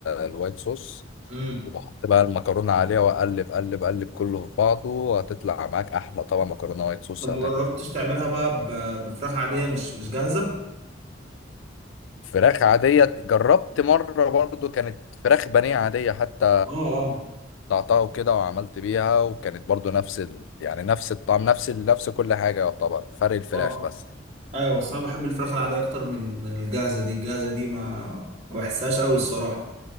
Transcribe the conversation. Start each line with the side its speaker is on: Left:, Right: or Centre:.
Left: الوايت صوص
Right: امم
Left: وبحط بقى المكرونة عليها وأقلب قلب قلب كله في بعضه وهتطلع معاك أحلى طبعا مكرونة وايت صوص
Right: طب ما
Left: هتاكله
Right: جربتش تعملها بقى ب- بفراخ عادية مش مش جاهزة؟
Left: فراخ عادية جربت مرة برضو كانت فراخ بانيه عادية حتى
Right: اه اه
Left: قطعتها وكده وعملت بيها وكانت برضو نفس ال... يعني نفس الطعم نفس ال... نفس كل حاجة يعتبر فرق الفراخ
Right: اه
Left: بس
Right: ايوه بس انا بحب الفراخ العادية اكتر من من الجاهزة دي الجاهزة دي ما ما بحسهاش قوي الصراحة